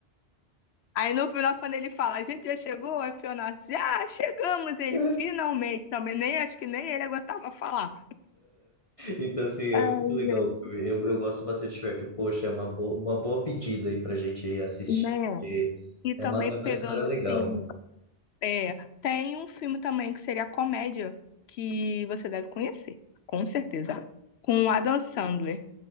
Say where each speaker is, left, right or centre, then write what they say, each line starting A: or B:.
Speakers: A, on the left; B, on the left.
A: Aí no final, quando ele fala, a gente já chegou, a Fiona diz, ah, chegamos. Ele
B: <laughs>
A: finalmente também, nem acho que nem ele aguentava falar.
B: Então, assim, é
A: Ai,
B: muito legal
A: gente,
B: o filme. Eu, eu gosto bastante de Shrek. Poxa, é uma, bo uma boa pedida aí pra gente ir assistir,
A: né?
B: porque
A: E também
B: é uma, é
A: pegando
B: uma história legal.
A: assim. É, tem um filme também que seria comédia, que você deve conhecer, com certeza. Com o Adam Sandler.